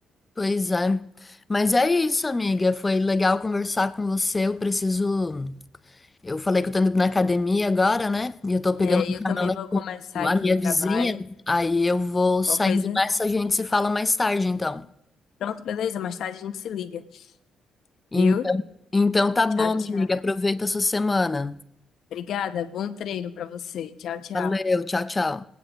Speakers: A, on the left (about 20°); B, on the left (about 70°).
A: Pois é. Mas é isso, amiga. Foi legal conversar com você. Eu preciso. Eu falei que eu tô indo na academia agora, né? E eu tô pegando
B: É,
A: uma
B: e eu
A: carona
B: também vou começar
A: com
B: aqui
A: a minha
B: o trabalho.
A: vizinha. Aí eu vou
B: Qualquer
A: saindo
B: coisa.
A: nessa, a gente se fala mais tarde, então.
B: Pronto, beleza? Mais tarde a gente se liga,
A: Então,
B: viu?
A: então tá bom,
B: Tchau,
A: minha
B: tchau.
A: amiga. Aproveita a sua semana.
B: Obrigada. Bom treino pra você. Tchau, tchau.
A: Valeu, tchau, tchau.